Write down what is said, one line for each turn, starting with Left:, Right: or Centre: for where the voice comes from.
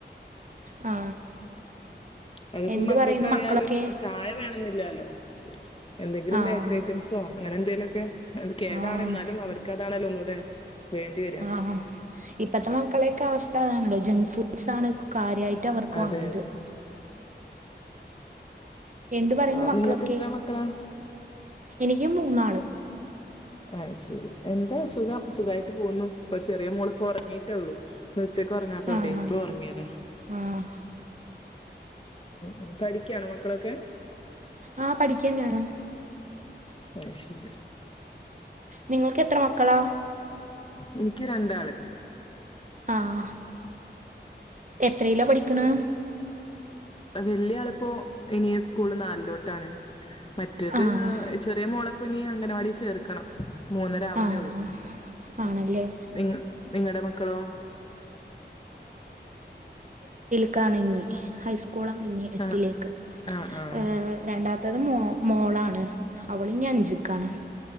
Right: ആ
Left: അതിയിപ്പോ
Right: എന്ത്
Left: മക്കളെക്കായാലും
Right: പറയുന്നു മക്കളൊക്കെ
Left: ചായ വേണമെന്നു. ഇല്ലാലോ എന്തെങ്കിലും
Right: ആ
Left: ബേക്കറി ഐറ്റംസോ. അങ്ങനെ എന്തേലൊക്കെ. അത് കേടാണ
Right: ആഹ്
Left: എന്നാലും അവർക്ക് അത്. ഇതാണേൽ ഒന്നൂടെ. വേണ്ടി വരുക.
Right: ആഹ് ഇപ്പത്തെ നമ്മടെ മക്കളെക്കെ അവസ്ഥ ആതാണല്ലോ, ജങ്ക് ഫുഡ്സ് ആണ് കാര്യമായിട്ട് അവർക്ക്
Left: അതെ
Right: വേണ്ടത്.
Left: അതെ
Right: എന്ത് പറയുന്നു
Left: ആഹ്
Right: മക്കളൊക്കെ
Left: നിങ്ങൾക്ക് എത്ര മക്കളാ.
Right: എനിക്ക് മൂന്നാള്
Left: അത് ശരി എന്താ സുഖം സുഖമായിട്ട് പോകുന്നു ഇപ്പൊ ചെറിയ മോളും. ഉറങ്ങീട്ടുള്ളൂ ഉച്ചക്ക് ഉറങ്ങാത്തോണ്ടേ
Right: ആഹ്
Left: ഇപ്പൊ ഉറങ്ങിയതാ.
Right: ആഹ്
Left: ഉം പഠിക്കാനോ മക്കളൊക്കെ.
Right: ആഹ് പഠിക്കാ തന്നെയാണ്.
Left: അത് ശരി
Right: നിങ്ങൾക്ക് എത്ര മക്കളാ.
Left: എനിക്ക് രണ്ടാള്.
Right: ആ എത്രയിലാ പഠിക്കണ്
Left: വല്യ ആളിപ്പോ ഇനി സ്കൂൾല് നാലിലോട്ടാണ് മറ്റേത്
Right: ആഹ്
Left: ചെറിയ മോള് ഇപ്പൊ ഇനി അംഗനവാടി ചേർക്കണം മൂന്നര ആവുന്നേയുള്ളു
Right: ആഹ് ആണല്ലേ
Left: നിങ്ങ നിങ്ങടെ മക്കളോ?
Right: ക്കാണിന്നി ഹൈസ് കൂളാണിനി എട്ടിലേക്ക്
Left: ആഹ് ആഹ് ആഹ്
Right: ഏഹ് രണ്ടാമത്തത് മോ മോളാണ് അവളിനി അഞ്ചിക്കാണ്